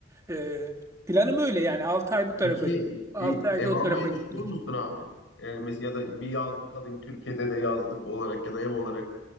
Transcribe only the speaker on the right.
E, planım öyle yani 6 ay bu tarafa,
6
ayda
o tarafa gitmek.